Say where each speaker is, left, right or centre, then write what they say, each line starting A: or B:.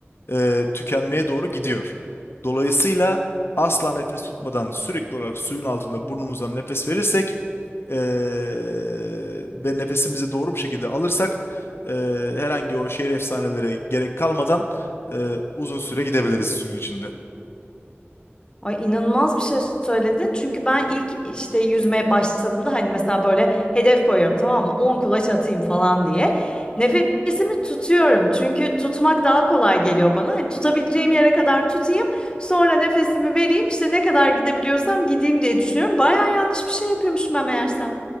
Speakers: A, on the left (about 65°); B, on the left (about 20°).
A: eee, tükenmeye doğru gidiyor. Dolayısıyla asla nefes tutmadan sürekli olarak suyun altında burnumuzdan nefes verirsek eee ve nefesimizi doğru bir şekilde alırsak eee, herhangi o şehir efsanelere gerek kalmadan eee, uzun süre gidebiliriz suyun içinde.
B: Ay inanılmaz bir şey söyledin. Çünkü ben ilk işte yüzmeye başladığımda hani mesela böyle hedef koyuyorum tamam mı? 10 kulaç atayım falan diye. Nefesimi tutuyorum. Çünkü tutmak daha kolay geliyor bana. Hani tutabileceğim yere kadar tutayım. Sonra nefesimi vereyim. İşte ne kadar gidebiliyorsam gideyim diye düşünüyorum. Baya yanlış bir şey yapıyormuşum ben meğersem.